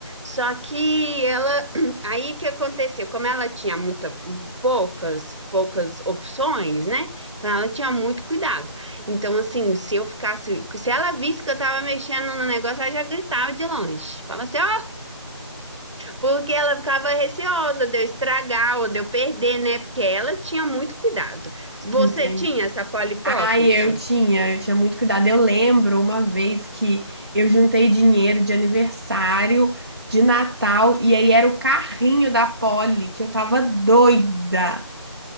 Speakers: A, on the right; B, on the right.
A: Só que ela, <clears throat> aí o que aconteceu? Como ela tinha muita, poucas, poucas opções, né? Então ela tinha muito cuidado. Então, assim, se eu ficasse, se ela visse que eu tava mexendo no negócio, ela já gritava de longe. Fala assim, ó, porque ela ficava receosa de eu estragar ou de eu perder, né? Porque ela tinha muito cuidado. Você
B: Entendi.
A: tinha essa Polly Pocket?
B: Ai, eu tinha, eu tinha muito cuidado. Eu lembro uma vez que eu juntei dinheiro de aniversário, de Natal, e aí era o carrinho da Polly, que eu tava doida.